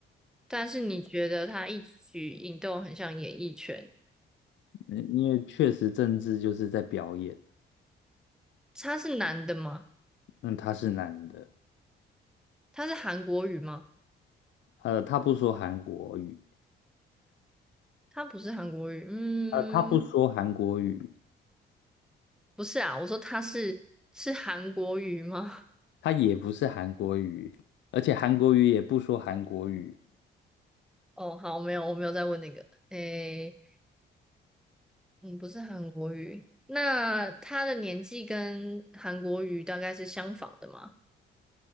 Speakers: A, in the centre; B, on the left.
A: 但是你觉得他一举一动很像演艺圈？
B: 嗯因为确实政治就是在表演，
A: 他是男的吗？
B: 那他是男的，
A: 他是韩国语吗？
B: 呃，他不说韩国语，
A: 他不是韩国语，嗯，
B: 呃，他不说韩国语，
A: 不是啊，我说他是是韩国语吗？<laughs>
B: 他也不是韩国语，而且韩国语也不说韩国语，
A: 哦，好，没有，我没有再问那个，诶，嗯，不是韩国语，那他的年纪跟韩国语大概是相仿的吗？